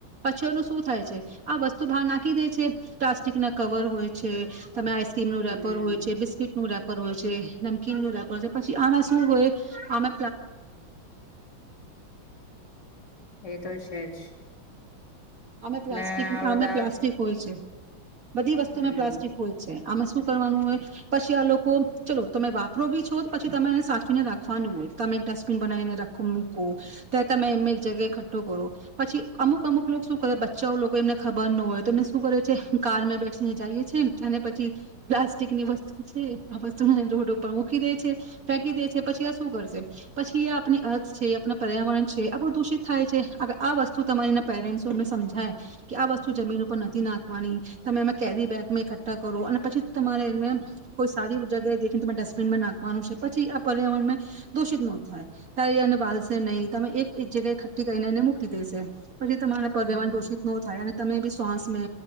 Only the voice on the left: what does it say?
હમ
એતો છે જ.
ને આ બધા
હમ્મ,
હમ્મ,